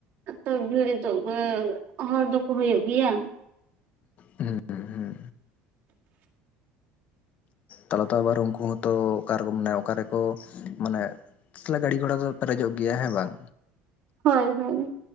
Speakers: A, on the right; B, on the left.
A: ᱛᱚᱵᱮ ᱵᱷᱤᱲ ᱛᱚ ᱦᱚᱲ ᱫᱚᱠᱚ ᱦᱩᱭᱩᱜ ᱜᱮᱭᱟ
B: ᱦᱮᱸ ᱦᱮᱸ ᱛᱟᱞᱮ ᱛᱚ ᱟᱵᱟᱨ ᱩᱱᱠᱩ ᱦᱚᱸᱛᱚ ᱚᱠᱟᱨᱮ ᱢᱟᱱᱮ ᱚᱠᱟ ᱨᱮᱠᱚ ᱢᱟᱱᱮ <inaudible> ᱜᱟᱹᱰᱤ ᱜᱷᱚᱲᱟ ᱫᱚ ᱯᱮᱨᱮᱡᱚᱜ ᱜᱮᱭᱟ ᱦᱮᱸ ᱵᱟᱝ
A: ᱦᱚᱭ ᱦᱚᱭ